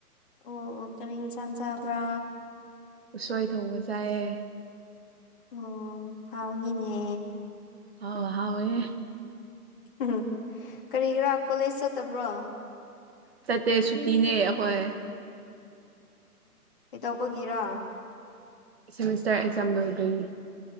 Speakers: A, on the left; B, on the right.
A: ꯑꯣ ꯑꯣ ꯀꯔꯤ ꯏꯟꯁꯥꯡ ꯆꯥꯕ꯭ꯔꯥ
B: ꯎꯁꯣꯏ ꯊꯣꯡꯕ ꯆꯥꯏꯌꯦ
A: ꯑꯣ ꯍꯥꯎꯅꯤꯅꯦ
B: ꯍꯥꯎ ꯍꯥꯎꯋꯦ
A: ꯎꯝ ꯀꯔꯤꯒꯤꯔꯥ ꯀꯣꯂꯦꯖ ꯆꯠꯇꯕ꯭ꯔꯣ
B: ꯆꯠꯇꯦ ꯁꯨꯇꯤꯅꯦ ꯑꯩꯈꯣꯏ
A: ꯇꯧꯕꯒꯤꯔꯥ
B: ꯁꯤꯃꯤꯁꯇꯔ ꯑꯦꯛꯖꯥꯝ ꯂꯧꯏꯕꯩ